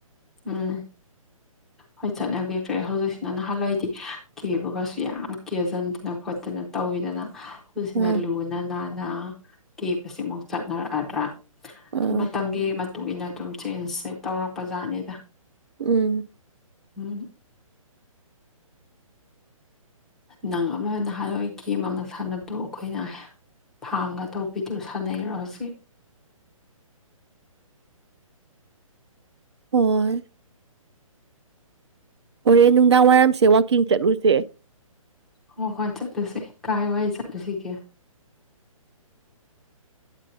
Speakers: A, in the centre; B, on the right (about 50°).
A: ꯎꯝ ꯍꯣꯏ ꯆꯠꯅꯈꯤꯗ꯭ꯔꯦ ꯍꯧꯖꯤꯛꯁꯤꯅ ꯅꯍꯥꯟꯋꯥꯏꯗꯤ ꯀꯦꯕꯒꯁꯨ ꯌꯥꯝ ꯀꯦꯖꯤꯟꯗꯅ ꯈꯣꯠꯇꯅ ꯇꯧꯋ ꯀꯨꯗꯅ ꯍꯧꯖꯤꯛꯁꯤꯅ
B: ꯑꯥ
A: ꯂꯨꯅ ꯅꯥꯟꯅ ꯀꯦꯞ ꯑꯁꯤꯃꯨꯛ ꯆꯠꯅꯔꯛꯑꯗ꯭ꯔꯥ
B: ꯑꯥ
A: ꯁꯝ ꯃꯇꯝꯒꯤ ꯃꯇꯨꯡ ꯏ ꯃꯇꯨꯡꯏꯟꯅ ꯑꯗꯨꯝ ꯆꯦꯟꯖꯁꯦ ꯇꯧꯔꯛꯄꯖꯥꯠꯅꯤ
B: ꯎꯝ
A: ꯎꯝ ꯅꯪ ꯑꯃ ꯅꯍꯥꯟꯋꯥꯏ ꯒꯦꯝ ꯑꯃ ꯁꯥꯟꯅꯕꯗꯨ ꯑꯩꯈꯣꯏꯅ ꯐꯥꯝꯒ ꯇꯧꯕꯤꯗꯨ ꯁꯥꯟꯅꯩꯔꯣ ꯍꯧꯖꯤꯛ
B: ꯍ ꯍꯣꯔꯦ ꯅꯨꯡꯗꯥꯡ ꯋꯥꯏꯔꯝꯁꯦ ꯋꯥꯛꯀꯤꯡ ꯆꯠꯂꯨꯁꯦ
A: ꯍꯣꯏ ꯍꯣꯏ ꯆꯠꯂꯨꯁꯤ ꯀꯥꯏ ꯋꯥ ꯆꯠꯂꯨꯁꯤꯒꯦ